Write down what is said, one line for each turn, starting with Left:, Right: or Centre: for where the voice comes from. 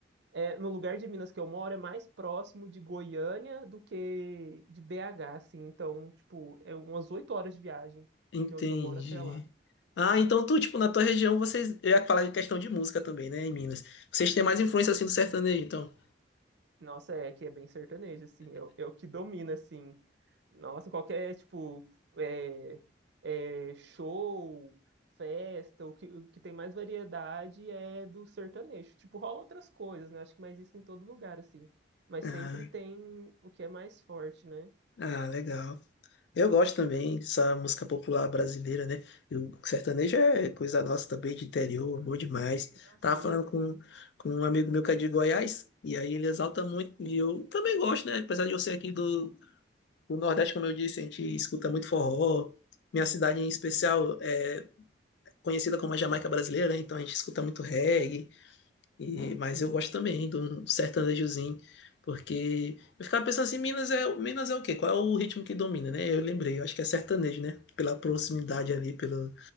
Right: é, no lugar de Minas que eu moro é mais próximo de Goiânia do que de BH, assim. Então, tipo, é umas oito horas de viagem
Left: Entendi.
Right: de onde eu moro até lá.
Left: Ah, então tu, tipo, na tua região vocês. Eu ia falar em questão de música também, né, em Minas. Vocês têm mais influência assim do sertanejo, então.
Right: Nossa, é que é bem sertanejo, assim. É, o- é o que domina, assim. Nossa, qualquer, tipo, é, é, show, festa, o que, o que tem mais variedade é do sertanejo. Tipo, rola outras coisas, né? Acho que mais isso em todo lugar, assim. Mas
Left: Ah,
Right: sempre tem o que é mais forte, né?
Left: ah, legal. Eu gosto também dessa música popular brasileira, né? E O sertanejo é coisa nossa também, de interior, bom demais.
Right: Não, sim,
Left: Tava falando
Right: sim.
Left: com, com um amigo meu que é de Goiás, e aí ele exalta muito, e eu também gosto, né? Apesar de eu ser aqui do, do Nordeste, como eu disse, a gente escuta muito forró. Minha cidade em especial, é conhecida como a Jamaica brasileira, né? então a gente escuta muito reggae, e, mas eu gosto também do sertanejozinho, porque eu ficava pensando assim, Minas é, Minas é o quê? Qual é o ritmo que domina, né? Eu lembrei, eu acho que é sertanejo, né? Pela proximidade ali, pelo,